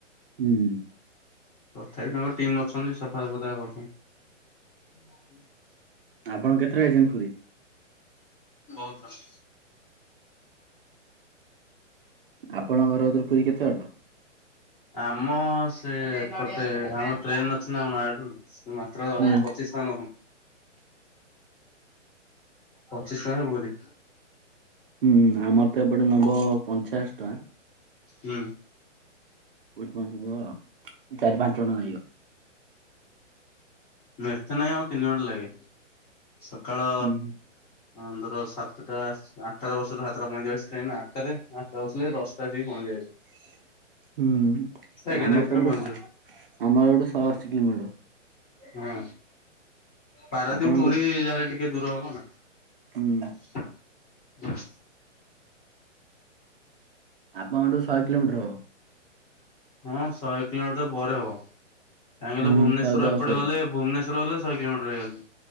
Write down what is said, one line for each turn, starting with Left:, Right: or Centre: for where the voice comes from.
Right: ହୁଁ।
Left: ତଥାପି ତାଙ୍କର ଟିମ୍ ଅଛନ୍ତି ସଫା ସୁୁତୁରା କରୁଛନ୍ତି। <inaudible>
Right: ଆପଣ କେତେଥର ଯାଇଛନ୍ତି ପୁରୀ?
Left: ବହୁତ ଥର।
Right: ଆପଣଙ୍କ ଘର ଗତିରୁ ପୁରୀ କେତେ ବାଟ?
Left: ଆମ ସେ ପଟେ ଆମ ଟ୍ରେନ ଅଛି ନା ନୟାଗଡ଼ରୁ ସେ ମାତ୍ର
Right: ହୁଁ
Left: ପଚିଶ ପଚିଶ ଟଙ୍କାରେ ପୁରୀ।
Right: ହୁଁ ଆମର ତ ଏପଟେ ନେବ ପଞ୍ଚାଅଶୀ ଟଙ୍କା।
Left: ହୁଁ।
Right: <inaudible> ଚାରି ପାଞ୍ଚ ଜଣ ଲାଗିବ।
Left: ଏତେ ନହିଁ ଆଉ ତିନି ଘଣ୍ଟା ଲାଗେ ସକାଳ
Right: ହୁଁ
Left: ହଁ ଧର ସାତଟା ଆଠଟା ବସିଲୁ ସାତଟା ପଇଁଚାଳିଶ ଟ୍ରେନ ଆଠଟାରେ ଆଠଟା ବସିଲେ ଦଶଟା ଆସିକି ପହଞ୍ଚିଯାଇଛି।
Right: <inaudible> ହୁଁ
Left: ଏଗାରଟା
Right: ଆମର
Left: ଭିତରେ
Right: ତ ଏପଟେ
Left: ପହଞ୍ଚିଯିବ
Right: ଆମର ଏପଟେ ଶହେଅଶୀ କିଲୋମିଟର।
Left: ହୁଁ ପାରାଦୀପ୍
Right: ଆପଣଙ୍କ
Left: ପୁରୀ
Right: କେତେ
Left: ଯାହାଲେ ଟିକେ ଦୂର ହବ ନା।
Right: ହୁଁ।
Left: <unintelligible>
Right: ଆପଣଙ୍କଠୁ ଶହେ କିଲୋମିଟର ହବ।
Left: ହଁ ଶହେ କିଲୋମିଟର ପରେ ହବ। କାହିଁକ କହିଲ
Right: ହୁଁ
Left: ଭୁବନେଶ୍ୱର
Right: ଶହେ ଦଶ
Left: ଏପଟେ
Right: ବାଗିଆ
Left: ଗଲେ ଭୁବନେଶ୍ୱର ଗଲେ ଶହେ କିଲୋମିଟର ହେଇଯାଉଛି